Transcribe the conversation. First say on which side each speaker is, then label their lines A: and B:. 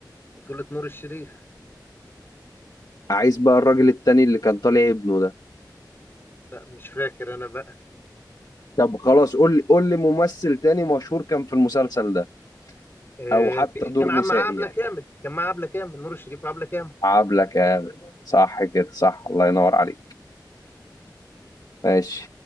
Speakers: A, on the left; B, on the left.
A: بطولة نور الشريف
B: عايز بقى الراجل التاني اللي كان طالع ابنه ده
A: لا مش فاكر انا بقى
B: طب خلاص قول لي قول لي ممثل تاني مشهور كان في المسلسل ده
A: آه
B: أو حتى
A: في
B: دور
A: كان
B: نسائي
A: مع عبلة
B: يعني
A: كامل كان مع عبلة كامل نور الشريف وعبلة كامل
B: عبلة كامل صح كده صح الله ينور عليك ماشي